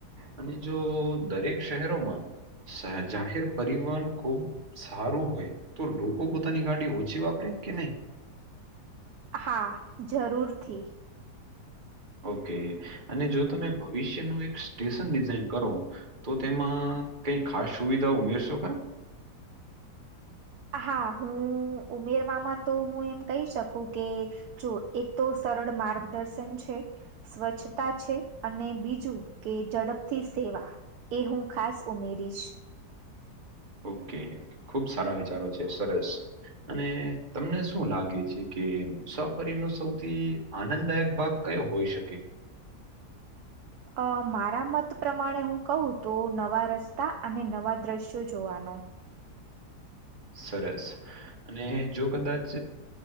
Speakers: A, on the right; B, on the right.
A: અને જો દરેક શહેરોમાં જાહેર પરિવહન ખૂબ સારું હોય તો લોકો પોતાની ગાડી ઓછી વાપરે કે નહી
B: હા જરૂરથી.
A: ઓકે અને જો તમે ભવિષ્યનું એક સ્ટેશન ડિઝાઇન કરો. તો તેમાં કઈ ખાસ સુવિધા ઉમેરશો
B: હા હું ઉમેરવામાં તો હું એમ કહી શકું કે જો એક તો સરળ માર્ગદર્શન છે. સ્વચ્છતા છે અને બીજું કે ઝડપથી સેવા એ હું ખાસ ઉમેરીશ.
A: ઓકે ખુબ સારા વિચારો છે સરસ. અને તમને શું લાગે છે કે મુસાફરીનો સૌથી આનંદદાયક ભાગ કયો હોઈ શકે?
B: અ મારા મત પ્રમાણે હું કહું તો નવા રસ્તા અને નવા દ્રશ્યો જોવાનો.
A: સરસ અને જો કદાચ